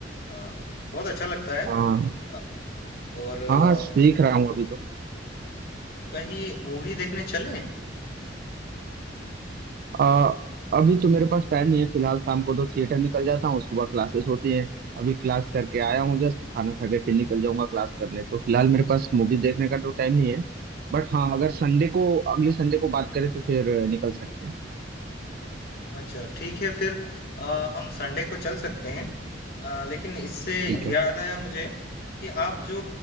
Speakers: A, on the left; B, on the right.
A: हाँ बहुत अच्छा लगता है
B: हाँ
A: अ, और अ,
B: हाँ सीख रहा हूँ अभी तो
A: कहीं मूवी देखने चलें
B: आ, अभी तो मेरे पास टाइम नहीं है फिलहाल शाम को तो थिएटर निकल जाता हूँ सुबह क्लासेस होती हैं अभी क्लास करके आया हूँ जस्ट खाना खा के फिर निकल जाऊंगा क्लास करने तो फिलहाल मेरे पास मूवी देखने का तो टाइम नहीं है बट हाँ अगर संडे को अगले संडे को बात करें तो फिर अ, निकल सकते हैं
A: अच्छा ठीक है फिर अ, हम संडे को चल सकते हैं अ, लेकिन इससे
B: ठीक है
A: याद आया मुझे कि आप जो